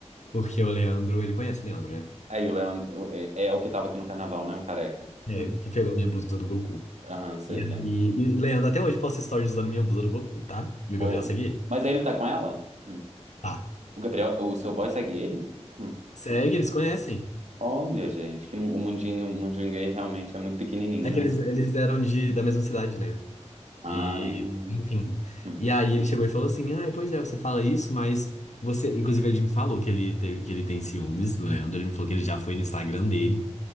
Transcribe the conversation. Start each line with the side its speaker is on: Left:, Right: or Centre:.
Left: Porque o Leandro, ele conhece o Leandro, né?
Right: Aí o Leandro é, é o que tava aqui no carnaval, né? O careca.
Left: É,
Right: Hum.
Left: que pegou minha blusa do Goku.
Right: Aham, sei,
Left: E aí,
Right: lembro.
Left: e Leandro até hoje posta stories usando minha blusa do Goku, tá? E o
Right: Fofo.
Left: Gabriel segue ele?
Right: Mas aí ele tá com ela? Hum.
Left: Tá.
Right: O Gabriel, o seu boy segue ele? Hum.
Left: Segue, eles conhecem.
Right: Olha, gente, que mu- o mundinho, o mundinho gay realmente é muito pequenininho,
Left: É
Right: né?
Left: que eles, eles eram de, da mesma cidade, né?
Right: Ah.
Left: E, enfim.
Right: Hum.
Left: E aí ele chegou e falou assim: Ah, pois é, você fala isso, mas você. Inclusive, ele me falou que ele, teve, que ele tem ciúmes do Leandro. Ele me falou que ele já foi no Instagram dele